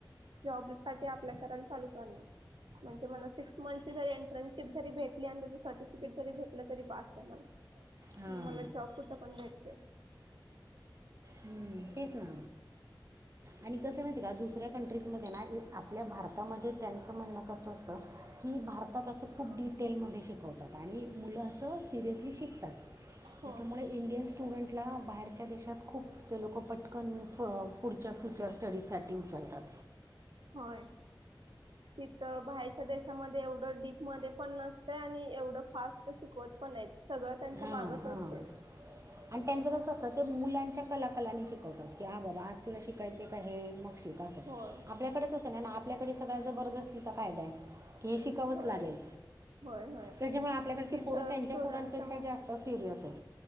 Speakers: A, on the right (about 85°); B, on the right (about 40°).
A: जॉबसाठी. अप्लाय करायला चालू करणार. म्हणजे मला सिक्स मंथची जरी एंटर्नशिप जरी भेटली. आणि त्याच सर्टिफिकेट जरी भेटलं. तरी बास आहे मला. मग
B: हां
A: मला जॉब कुठं पण भेटते.
B: हम्म, तेच ना. आणि कसय माहिती का. दुसऱ्या कंट्रीजमध्ये ना आपल्या भारतामध्ये त्यांचं म्हणणं कसं असतं. की भारतात असं खूप डिटेलमध्ये शिकवतात. आणि मुलं असं सिरियसली शिकतात.
A: हो
B: त्याच्यामुळे इंडियन स्टुडंटला बाहेरच्या देशात खूप ते लोक. पटकन पुढच्या फ्युचर स्टडीजसाठी उचलतात.
A: होय तिथं बाहेर देशामध्ये एवढं डीपमध्ये पण नसतं आणि एवढं फास्ट शिकवत पण नाहीत सगळं त्यांचा
B: हां
A: मागच
B: हां
A: असते
B: आणि त्यांचं कसं असतं ते मुलांच्या कलाकलांनी शिकवतात की हा बाबा आज तुला शिकायचे काय हे मग
A: होय
B: आपल्याकडेच नाही ना आपल्याकडे सगळ्या जबरदस्तीचा कायदा आहे हे शिकावंच
A: होय
B: लागेल
A: होय होय
B: त्याच्यामुळे आपल्याकडचे
A: तिथं
B: पोरं त्यांच्या
A: स्टुडंटच्या
B: पोरांपेक्षा जास्त सिरियस असे